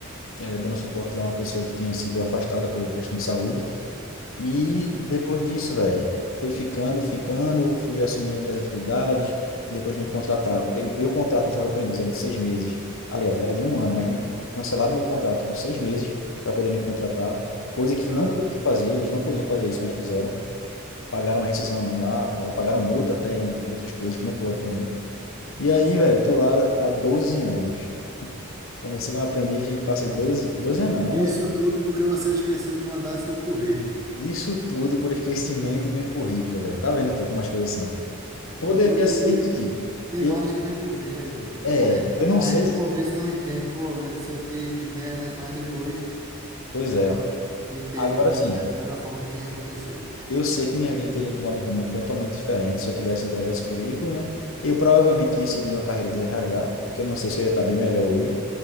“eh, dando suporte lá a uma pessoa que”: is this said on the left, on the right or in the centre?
Left